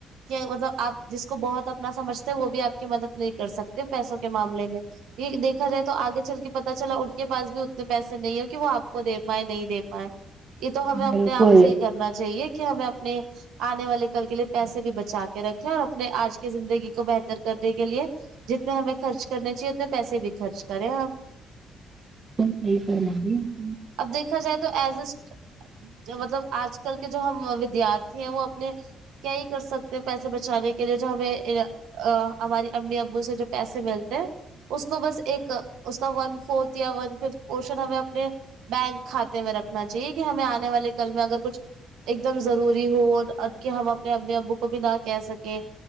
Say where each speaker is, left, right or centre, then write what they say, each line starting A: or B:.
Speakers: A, on the right (about 85°); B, on the right (about 35°).
A: کہ مطلب آپ جس کو بہت اپنا سمجھتے وہ بھی آپ کی مدد نہیں کر سکتے پیسوں کے معاملے میں یہ دیکھا جائے تو آگے چل کے پتا چلا ان کے پاس بھی اتنے پیسے نہیں ہے کہ وہ آپ کو دے پائے نہیں دے پائے یہ تو ہمیں اپنے
B: بالکل
A: آپ سے ہی کرنا چاہیے کہ ہمیں اپنے آنے والے کل کے لیے پیسے بھی بچا کے رکھے اور اپنے آج کی زندگی کو بہتر کرنے کے لیے جتنے ہمیں خرچ کرنے چاہیے اتنے پیسے بھی خرچ کریں ہم
B: یہ فرمارہی ہو
A: اب دیکھا جائے تو ایس مطلب آج کل کے جو ہم ودیارتھی ہیں وہ اپنے کیا ہی کر سکتے ہیں پیسے بچانے کے لیے جو ہمیں ا ہماری امی ابو سے جو پیسے ملتے ہیں اس کو بس ایک اس کا ون فورتھ یا ون ففتھ پورشن ہمیں اپنے بینک کھاتے میں رکھنا چاہیے کہ ہمیں آنے والے کل میں اگر کچھ ایک دم ضروری ہو اور اب کہ ہم اپنے امی ابو کو بھی نہ کہہ سکیں